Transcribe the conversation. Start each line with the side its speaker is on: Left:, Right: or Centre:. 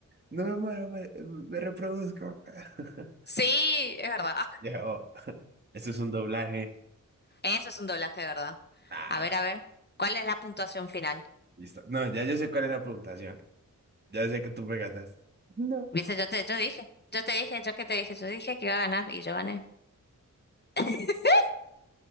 Right: no me muero, me, me reproduzco. <laughs>
Left: sí, es verdad.
Right: Ya, oh, eso es un doblaje.
Left: Eso es un doblaje, de ¿verdad?
Right: Claro,
Left: A ver, a ver, ¿cuál es la puntuación final?
Right: listo. No, ya yo sé cuál es la puntuación. Ya sé que tú me ganas. no
Left: Viste, yo te, yo dije, yo te dije, yo que te dije, yo dije que iba a ganar y yo gané. <laughs>